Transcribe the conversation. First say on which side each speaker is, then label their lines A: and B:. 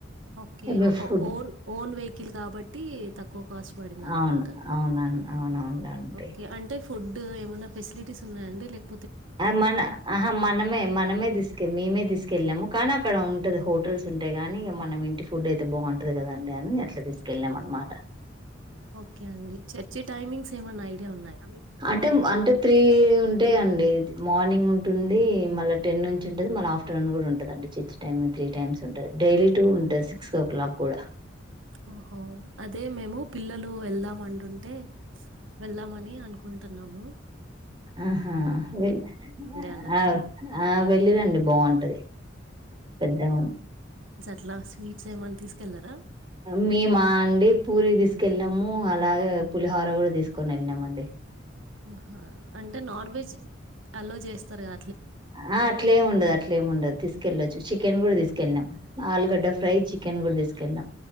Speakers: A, on the right; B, on the right.
A: ఓకేఓహో
B: మీ ఫుడ్
A: ఓన్ ఓన్ వెహికిల్ కాబట్టి తక్కువ కాస్ట్ పడింది అనుకుంటాను
B: అవును అవున అవునవునండి
A: ఓకే అంటే ఫుడ్ ఏమన్నా ఫెసిలిటీస్ ఉన్నాయా అండి లేక్
B: అ మన ఆహ మనమే మనమే తీసుకెళ్ళి మేమే తీసుకెళ్ళాము. కానీ అక్కడ ఉంటది హోటల్స్ ఉంటాయి కాని, మనము ఇంటిఫుడ్ అయితే బాంటది కదండి అని. అట్లా తీసుకెళ్ళాం
A: ఓకే
B: అనమాట
A: ఓకే అండి చర్చి టైమింగ్స్ ఏమా నైట్ టే ఉన్నాయి.
B: అంటే అంటే త్రీ ఉంటే అం డేట్ మార్నింగ్ ఉంటుంది మళ్ళ టెన్ నుంచి ఉంటది మళ్ళ ఆఫ్టర్నూన్ కూడా ఉంటదండి చర్చ్ టైమింగ్ త్రీ టైమ్స్ ఉంటది డైలీ టూ ఉంటది సిక్స్ ఓ క్లాక్ కూడా
A: ఓహో అదే మేము. పిల్లలు వెళ్దామంటుంటే. వెళ్దామని అనుకుంటన్నాము.
B: ఆహా వె
A: అన్నట్టు.
B: ఆగు ఆ వెళ్ళిరండి బాగుంటది పెద్దగా ఉ
A: క్లాసిక్ స్వీట్స్ ఏమన్నా తీసుకెళ్లరా.
B: మేమా అండి పూరి తీసుకెళ్ళినము అలాగే పులిహోర కూడా తీసుకోనివెళ్ళినాము అండి.
A: హా అంటే నాన్ వెజ్ అలో చే స్తరగా
B: ఆ అట్లే ఏం ఉండదు అట్లే ఏం ఉండదు తీసుకెళ్ళొచ్చు చికెన్ కూడా తీసుకెళ్ళాం ఆలుగడ్డ ఫ్రై చికెన్ కూడా తీసు కెళ్ళ